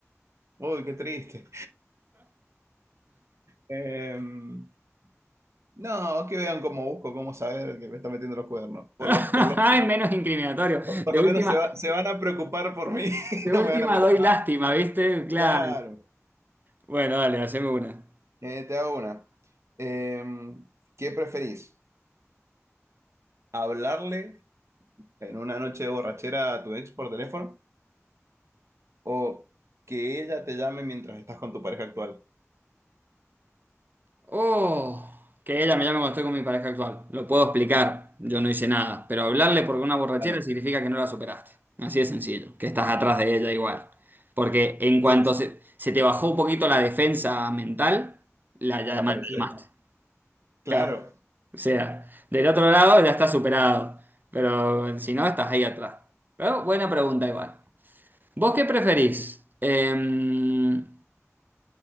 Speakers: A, on the right; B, on the right.
A: uy, qué triste. Em, no, que vean cómo busco, cómo saber que me está metiendo los cuernos. Por
B: <laughs>
A: lo, por lo
B: Ay,
A: menos,
B: menos incriminatorio.
A: por
B: De
A: lo
B: última,
A: menos se va- se van a preocupar por mí, <laughs>
B: de
A: no
B: última
A: me van a mirar
B: doy
A: mal.
B: lástima, ¿viste? Claro.
A: Claro.
B: Bueno, dale, haceme una.
A: Eh, te hago una. Em, ¿qué preferís? ¿Hablarle en una noche de borrachera a tu ex por teléfono? O que ella te llame mientras estás con tu pareja actual.
B: Oh, que ella me llame cuando estoy con mi pareja actual. Lo puedo explicar, yo no hice nada. Pero hablarle porque una borrachera
A: Claro.
B: significa que no la superaste. Así de sencillo, que estás atrás de ella igual. Porque en cuanto
A: Sí, sí,
B: se, se te bajó un poquito la defensa mental, la llama-
A: apareció.
B: la llamaste.
A: él. Claro.
B: Claro. O sea, del otro lado ya está superado. Pero si no, estás ahí atrás. Pero buena pregunta igual. ¿Vos qué preferís? Em,